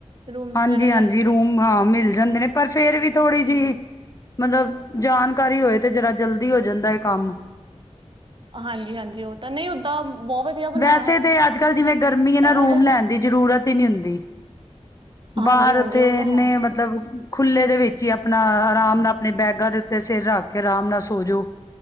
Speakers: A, on the right (about 45°); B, on the left (about 30°).
A: ਰੂਮਸ
B: ਹਾਂਜੀ-
A: ਵਗੈਰਾ ਲੈ
B: ਹਾਂਜੀ
A: ਲੈਂਦੇ
B: ਰੂਮ ਹਾਂ ਮਿਲ ਜਾਂਦੇ ਨੇ, ਪਰ ਫੇਰ ਵੀ ਥੋੜ੍ਹੀ ਜਿਹੀ ਮਤਲਬ ਜਾਣਕਾਰੀ ਹੋਏ ਤੇ ਜਰਾ ਜਲਦੀ ਹੋ ਜਾਂਦਾ ਐ, ਕੰਮ
A: ਹਾਂਜੀ-ਹਾਂਜੀ ਉਹ ਤਾਂ ਨਈ ਔ ਤਾ ਬਹੁਤ ਵਧੀਆ ਬਣਾਇਆ
B: ਵੈਸੇ ਤਾਂ ਅੱਜ ਕੱਲ ਜਿਵੇਂ ਗਰਮੀ
A: ਹੋਇਆ।
B: ਐ, ਨਾ ਰੂਮ
A: ਉਹ ਤਾਂ
B: ਲੈਨ ਦੀ ਜ਼ਰੂਰਤ ਈ ਨੀ ਹੁੰਦੀ ਬਾਰ
A: ਹਾਂਜੀ-ਹਾਂਜੀ
B: ਉੱਥੇ
A: ਉਹ ਤਾਂ
B: ਇੰਨੇ
A: ਹੈ।
B: ਮਤਲਬ ਖੁੱਲੇ ਦੇ ਵਿੱਚ ਹੀ ਅਪਣਾ ਆਰਾਮ ਨਾਲ ਆਪਣਾ ਬੈਗਾਂ ਦੇ ਤੇ ਸਿਰ ਰੱਖ ਕੇ ਆਰਾਮ ਨਾਲ ਸੋਜੋ,